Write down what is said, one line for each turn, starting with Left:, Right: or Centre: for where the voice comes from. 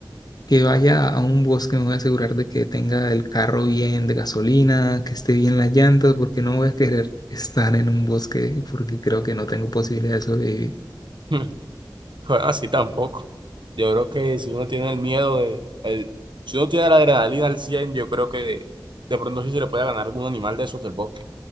Left: que vaya a un bosque, me voy a asegurar de que tenga el carro bien de gasolina, que esté bien las llantas, porque no voy a querer estar en un bosque porque creo que no tengo posibilidad de sobrevivir.
Right: <laughs> bueno, así tampoco. Yo creo que si uno tiene el miedo de, el- si uno tiene la adrenalina al 100 yo creo que de pronto sí se le puede ganar algún animal de esos del bosque.